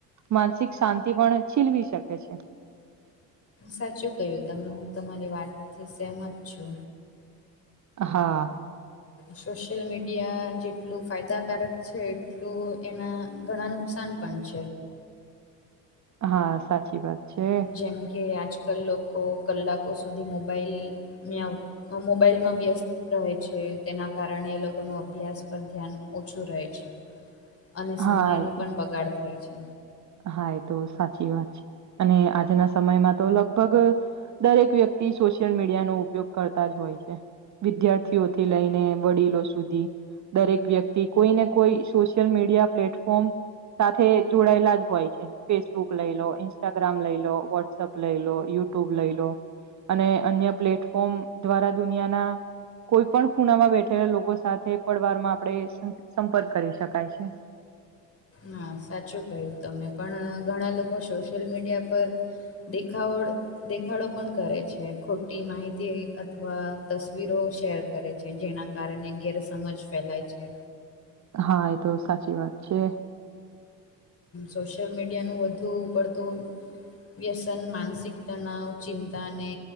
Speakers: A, on the right; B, on the left.
A: માનસિક શાંતિ પણ છીલવી શકે છે.
B: સાચું કયું તમે હું તમારી વાતથી સહમત છુ.
A: હા
B: સોશિયલ મીડિયા જેટલું ફાયદાકારક છે એટલું એના ઘણા નુકસાન પંચ
A: હા સાચી વાત છે
B: જેમ કે આજકાલ લોકો કલાકો સુધી મોબાઈલમા મોબાઈલમાં વ્યસ્ત રહે છે તેના કારણે એ લોકો ન અભ્યાસ પર ધ્યાન ઓછું રહે છે. અને સમયનો
A: હા
B: પણ બગાડ થાય છે.
A: હા એ તો સાચી વાત છે અને આજના સમયમાં તો લગભગ દરેક વ્યક્તિ સોશિયલ મીડિયાનોો ઉપયોગ કરતા જ હોય છે વિદ્યાર્થી ઓથી લઈને વડીલો સુધી દરેક વ્યક્તિ કોઈ ને કોઈ સોશિયલ મીડિયા પ્લેટફોર્મ સાથે જોડાયેલા હોય છે, ફેસબુક લઈ લો ઇન્સ્ટાગ્રામ લઈ લો વોટ્સઅપ લઈ લો યુટ્યુબ લઈ લો અને અન્ય પ્લેટફોર્મ દ્વારા દુનિયાના કોઈ પણ ખૂણામાં બેઠેલા લોકો સાથે પડવાર માં આપડે સં-સંપર્ક કરી શકાય છે.
B: હા, સાચું કયું તમે. પણ અહ ઘણા લોકો સોશિયલ મીડિયા પર દેખાવળ દેખાડો પણ કરે છે. ખોટી માહિતી અથવા તસવીરો શેર કરે છે જેના કારણે ગેરસમજ ફેલાય છે.
A: હા એ તો સાચી વાત છે.
B: સોશિયલ મીડિયાનું વધુ પડતું વ્યસન માનસિક તણાવ, ચિંતા અને